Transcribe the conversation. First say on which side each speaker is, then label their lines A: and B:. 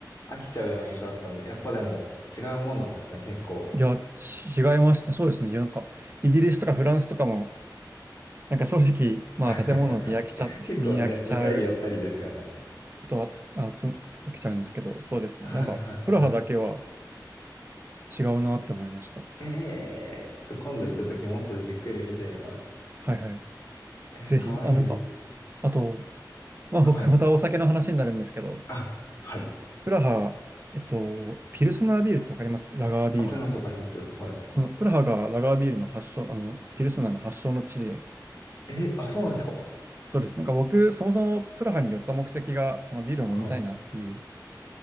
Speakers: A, on the left; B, on the right.
A: 飽きちゃうような印象だったんで、やっぱでも違うもんなんですね、結構。
B: いや、ち違いましたね。そうですね。いやなんか、イギリスとかフランスとかも、なんか正直、まあ建物を見飽きちゃ、
A: <laughs>
B: <laughs>
A: 結構ね、
B: 見飽きちゃう
A: 似たり寄ったりですよね。
B: ことは、あ、そう、飽きちゃうんですけど、そうですね。
A: はいはいはい。
B: なんか、プラハだけは違うなって思いました。
A: ええちょっと今度行った時もっとじっくり見てみます。
B: はいはい。
A: えー、
B: ぜひ、
A: かわいいですね。
B: あ、なんか、あと、まあ僕、
A: はい。
B: またお酒の話になるんですけど、
A: あ、はい。
B: プラハ、えっと、ピルスナービールってわかりますラガービール。
A: わかります、わかります。はい。
B: あのプラハがラガービールの発祥、あの、ピルスナーの発祥の地で、
A: えーあ、そうなんですか。
B: そうです。なんか僕、そもそもプラハに寄った目的が、そのビールを飲みたいなっていう、
A: はい。